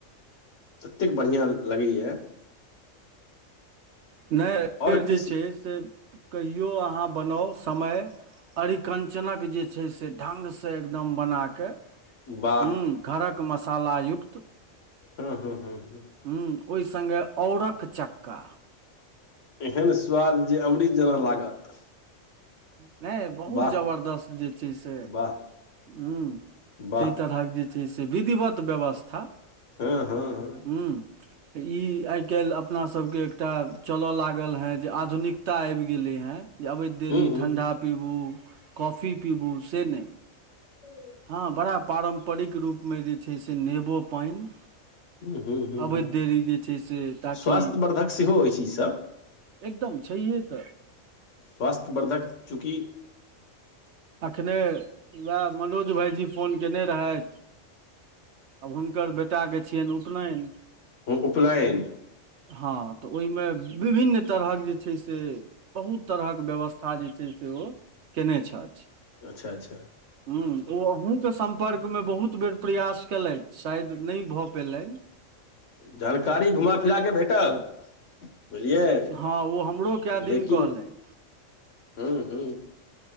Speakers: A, on the left; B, on the right.
A: ततेक बढ़िआँ लगैया
B: नय ऐबेर
A: आओर किछु
B: जे छै से कहिओ अहाँ बनाउ समय अरिकञ्चनक जे छै से ढङ्गसँ एकदम बनाकऽ
A: वाह
B: हूँ घरक मसाला युक्त
A: हँ हँ हँ हँ
B: हूँ ओहि संगे औरक चक्का
A: एहन स्वाद जे अमृत जेना लागत
B: हुँ नय बहुत
A: वाह
B: जबरदस्त जे छै से
A: वाह
B: ह
A: वाह
B: ता तरहक जे जे छै से विधिवत व्यवस्था
A: हँ हँ हँ
B: हूँ त ई आइ काल्हि अपनासभके एकटा चलय लागल हेँ जे आधुनिकता आएब गेलै हेँ जे अबैत देरी
A: हूँ हूँ
B: ठण्डा पीबू कॉफी पीबू से नय
A: हूँ
B: हँ बड़ा पारम्परिक रूपमे जे छै से नेबो पाइन
A: हूँ हूँ हूँ
B: अबैत
A: हूँ
B: देरी जे छै से ताकि
A: स्वास्थ्य वर्धक सेहो अछि ईसभ
B: एकदम छैहे तऽ
A: स्वास्थ्यवर्धक चूँकि
B: एखने वएह मनोज भाइजी फोन कयने रहेथ आब हुनकर बेटाके छियेन उपनयन
A: उपनयन
B: हँ तऽ ओय में विभिन्न तरहक जे छै से बहुत तरहक व्यवस्था जे छै से ओ कयने छैथ
A: अच्छा अच्छा
B: ह्मँ ओ अहूँके सम्पर्कमे बहुत बेर प्रयास कयेलथि शायद नय भऽ पयलैन
A: जानकारी घुमा फिरा कऽ भेटल
B: से
A: बुझलियै
B: हँ ओ हमरो कए दिन
A: लेकिन
B: कहलथि
A: हू हूं